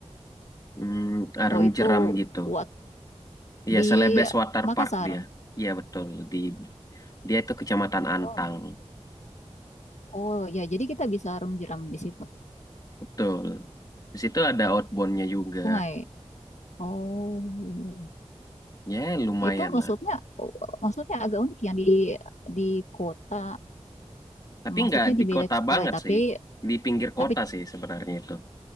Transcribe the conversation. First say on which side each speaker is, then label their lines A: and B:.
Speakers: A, on the left; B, on the left.
A: Hmm, arung
B: oh itu
A: jeram gitu.
B: wat di
A: Iya selebes water
B: Makassar
A: park dia. Iya betul di dia itu Kecamatan Antang.
B: Wah. oh ya jadi kita bisa renang jeram di situ
A: Betul. Di situ ada outboundnya juga.
B: sungai Oh,
A: Ya, lumayan
B: Itu maksudnya
A: lah.
B: maksudnya agak unik yang di di kota,
A: Tapi
B: maksudnya
A: nggak di
B: di beda
A: kota banget
B: eh, tapi
A: sih. Di pinggir kota
B: tapi
A: sih sebenarnya itu.